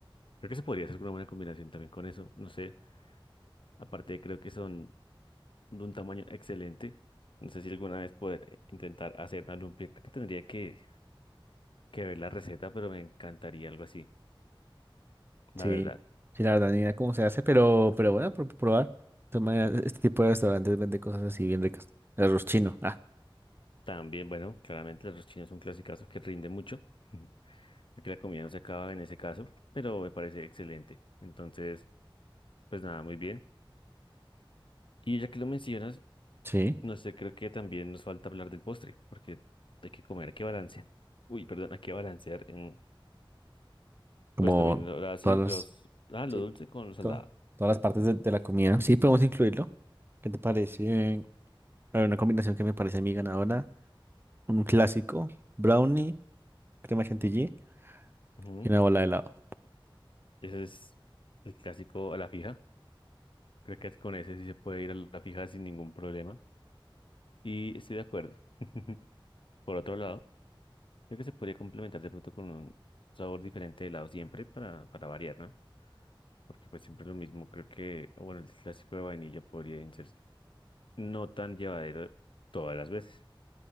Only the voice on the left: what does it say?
Creo que se podría hacer una buena combinación también con eso, no sé. Aparte, creo que son de un tamaño excelente. No sé si alguna vez poder eh, intentar hacer una lumpia. Creo que tendría que, que ver la receta, pero me encantaría algo así, la
verdad.
También, bueno, claramente los chinos son clásicos que rinde mucho. <laughs> Creo que la comida no se acaba en ese caso, pero me parece excelente. Entonces, pues nada, muy bien. Y ya que lo mencionas,
no sé, creo que también nos falta hablar del postre, porque hay que comer, hay que balancear. Uy, perdón, hay que balancear en
Pues también lo- lo así,
los, ah, lo
dulce con lo salado.
Ujú.
Ese es el clásico a la fija. Creo que con ese sí se puede ir a la fija sin ningún problema. Y estoy de acuerdo. <laughs> Por otro lado, creo que se podría complementar de pronto con un sabor diferente de helado siempre para, para variar, ¿no? Porque pues siempre lo mismo. Creo que, bueno, el clásico de vainilla podría ser no tan llevadero todas las veces.